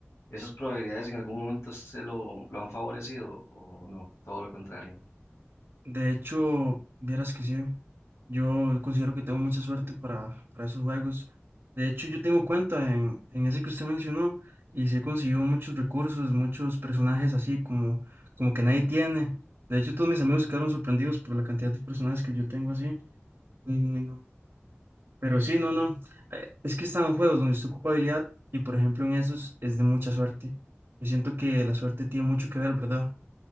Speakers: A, on the left; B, on the right.
A: ¿Esas probabilidades en algún momento se lo, lo han favorecido o no? Todo lo contrario.
B: De hecho, vieras que sí, yo considero que tengo mucha suerte para, para esos juegos. De hecho, yo tengo cuenta en, en ese que usted mencionó y sí he conseguido muchos recursos, muchos personajes así como, como que nadie tiene. De hecho, todos mis amigos se quedaron sorprendidos por la cantidad de personajes que yo tengo así. Mm, Pero sí, no, no. eh, Es que están juegos donde está ocupa habilidad y, por ejemplo, en esos es de mucha suerte. Yo siento que la suerte tiene mucho que ver, ¿verdad?